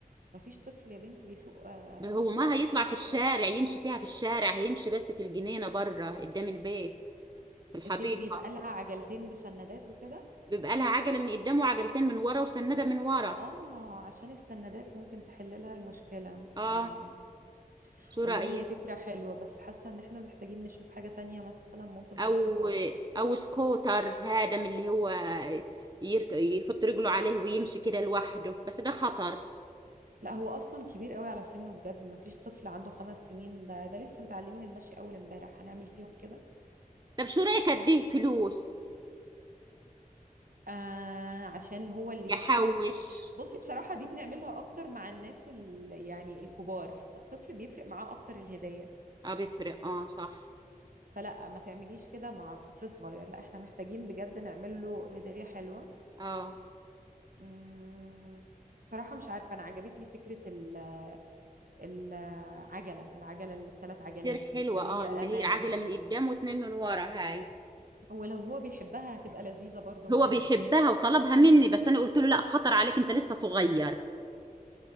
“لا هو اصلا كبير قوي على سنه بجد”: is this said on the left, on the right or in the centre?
Right